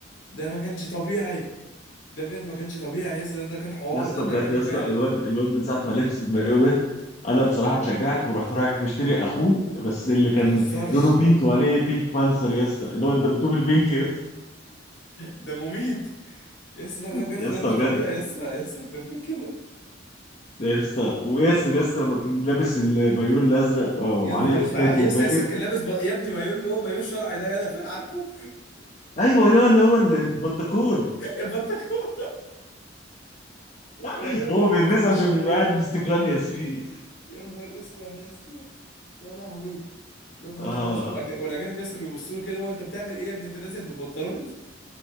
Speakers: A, on the left; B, on the left.
A: ده ما كانش طبيعي ده بجد ما كانش طبيعي يا اسطى ده, ده كان حوار
B: يا اسطى
A: ده ده
B: بجد
A: كان
B: يا اسطى
A: فاهم
B: الواد الواد من ساعه ما لبس المايو ده انا بصراحه اتشجعت ورحت رايح مشتري اخوه بس اللي كان
A: ما تهزرش
B: لونه بينك وعليه بينك بانسر يا اسطى اللي هو الدبدوب البينك ده
A: ده مميت يا اسطى لا
B: <laughs>
A: ده بجد
B: يا اسطى
A: ده مش طبيعي
B: بجد
A: يا اسطى يا اسطى يخرب بيت كده
B: يا اسطى وياسر يا اسطى لما كان لابس المايو الازرق آه، وعليه
A: يا نهار
B: افوكاتو
A: اسود يا اسطى
B: فاكر
A: ياسر كان لابس ب... يا ابني مايو اللي هو مايو الشرعي ده انا فاكر عارفه
B: ايوه يا اللي هو ال- البنتكور
A: <laughs> البنطلون <laughs> والاجانب
B: <laughs> هو
A: بقى بيبصوا
B: بيلبسه
A: له بصات
B: عشان يبقى
A: غريبه
B: قاعد مستقلنيس فيه
A: يا نهار اسود يا اسطى يا لهوي يا نهار
B: اه
A: اسود عايز والأجن- والاجانب يا اسطى بيبصوا له كده هو انت بتعمل ايه يا ابني انت نازل بالبنطلون <laughs>